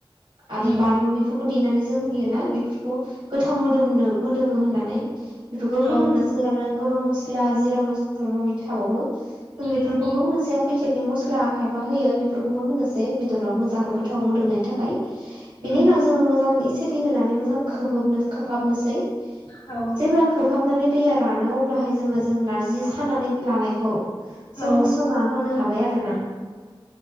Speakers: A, on the right; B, on the left.
A: आरो
B: उम
A: बानलु बेफो खौ देनानै जों होयोना बेफोरखौ गोथाव मोदोमनो मोदोमो होननानै बेफोरखौ
B: औ
A: होनना
B: उम औ
A: सो आनो गरम मसला जिरा मस माबा मुबि थाबावो बेफोरखौबो
B: उम
A: होनोसै पेकेट नि मसला बा खायफा होयो बेफोरखौबो होनोसै बेदराव मोजां गोथाव मोदोमनायनि थाखाय
B: उम
A: बिनि उनाव जोङो मोजां एसे दै होनानै मोजां खोबहोबनो खोबहाबनोसै
B: औ औ
A: जेब्ला खोबहाबनानै दैया रानो अब्लाहाय जोङो जों नारजि सानानै लानायखौ जों
B: औ उम औ उम औ उम औ उम औ उम
A: होसनना होनो हाबाय आरो ना।